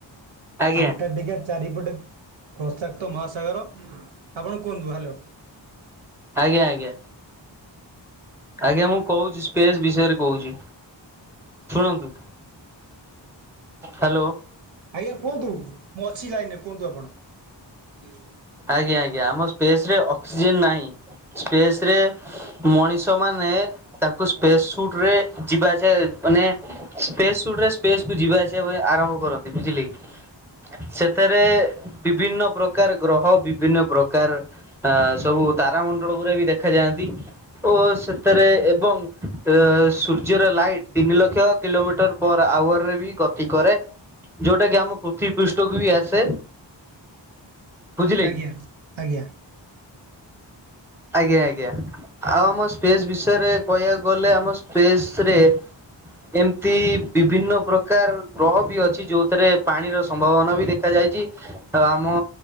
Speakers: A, in the centre; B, on the right.
A: ଆଜ୍ଞା
B: ଆଣ୍ଟାର୍କଟିକା ଚାରିପଟେ ପ୍ରସାକ୍ତ ମହାସାଗର ଆପଣ କୁହନ୍ତୁ। ହାଲୋ।
A: ଆଜ୍ଞା ଆଜ୍ଞା ଆଜ୍ଞା। ମୁଁ କହୁଛି ସ୍ପେସ୍ ବିଷୟରେ କହୁଛି ଶୁଣନ୍ତୁ। ହାଲୋ।
B: ଆଜ୍ଞା କୁହନ୍ତୁ। ମୁଁ ଅଛି ଲାଇନ୍‌ ରେ କୁହନ୍ତୁ ଆପଣ। <inaudible>
A: ଆଜ୍ଞା ଆଜ୍ଞା ଆମ ପେସ୍‌ ରେ ଅକ୍ସିଜେନ ନାହିଁ। ସ୍ପେସ ରେ ମଣିଷ ମାନେ ତାକ ସ୍ପେସ୍ ସୁଟ ରେ ଯିବା ଆସିବା ମାନେ ସ୍ପେସ୍ ସୁଟ ରେ ସ୍ପେସ୍ କୁ ଯିବା ଆସିବା ଆରମ୍ଭ କରନ୍ତି। ବୁଝିଲେ କି? ସେଥେ ରେ ବିଭିନ୍ନ ପ୍ରକାର ଗ୍ରହ ବିଭିନ୍ନ ପ୍ରକାର ଆଁ ସବୁ ତାରା ମ ଳ ଗୁରା ବି ଦେଖାଯାନ୍ତି। ଓ ସେଥିରେ ଏବଂ ଅ ସୂର୍ଯ୍ୟର ଲାଇଟ ତିନି ଲକ୍ଷ କିଲୋମିଟର ପର ଆୱାରରେ ବି ଗତି କରେ। ଯଉଟା କି ଆମ ପୃଥିବୀ ପୃଷ୍ଠକୁ ବି ଆସେ। ବୁଝିଲେ
B: ଆଜ୍ଞା
A: କି
B: ଆଜ୍ଞା।
A: ଆଜ୍ଞା ଆଜ୍ଞା। ଆଉ ଆମ ସ୍ପେସ୍ ବିଷୟରେ କହିବାକୁ ଗଲେ ଆମ ସ୍ପେସ ରେ ଏମ୍‌ତି ବିଭିନ୍ନ ପ୍ରକାର ଗ୍ରହ ବି ଅଛି ଯୋଉଥିରେ ପାଣିର ସମ୍ଭାବନା ବି ଦେଖାାଯାଇଚି। ଆଉ ଆମ